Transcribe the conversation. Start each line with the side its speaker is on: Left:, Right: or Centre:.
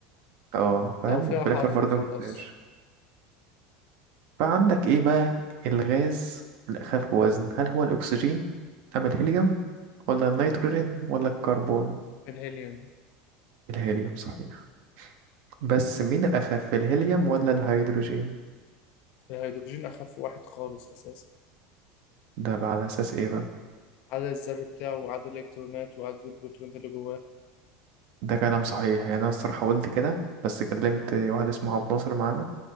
Right: اه فاهم
Left: او فيها
Right: وفي
Left: حرف
Right: الاخر برضه
Left: وخلاص
Right: مجبتهاش فعندك ايه بقى الغاز الاخف بوزن هل هو الاكسجين ام الهيليوم ولا النيتروجين ولا الكربون
Left: الهيليوم
Right: الهيليوم صحيح بس مين الاخف الهيليوم ولا الهيدروجين
Left: الهيدروجين اخف واحد خالص اساسا
Right: ده بقى على اساس ايه بقى
Left: عدد الذر بتاعه وعدد الالكترونات وعدد البروتونات اللي جواه
Right: ده كلام صحيح يعني انا الصراحه قلت كده بس كلمت واحد اسمه عبد الناصر معانا